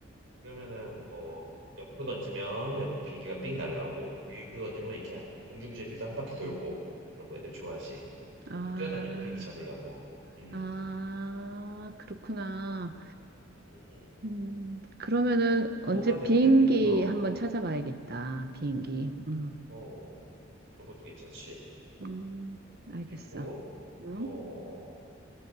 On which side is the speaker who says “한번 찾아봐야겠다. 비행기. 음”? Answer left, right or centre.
Right